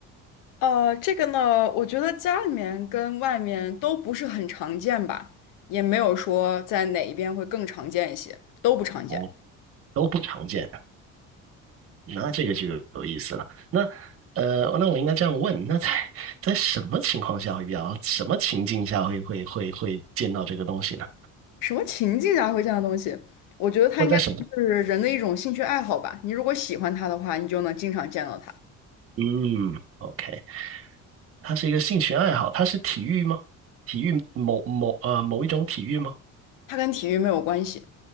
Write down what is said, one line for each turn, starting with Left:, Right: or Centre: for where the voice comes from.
Left: 呃，这个呢，我觉得家里面跟外面都不是很常见吧，也没有说在哪一边会更常见一些，都不常见。
Right: 哦，都不常见。那这个就有有意思了。那呃，那我应该这样问：那在在什么情况下会比较，什么情境下会会会会见到这个东西呢？
Left: 什么情境下会见样的东西？我觉得它应该算是人的一种兴趣爱好吧。
Right: 或者在什么？
Left: 你如果喜欢它的话，你就能经常见到它。
Right: 嗯，OK，它是一个兴趣爱好，它是体育吗？体育某某呃某一种体育吗？
Left: 它跟体育没有关系。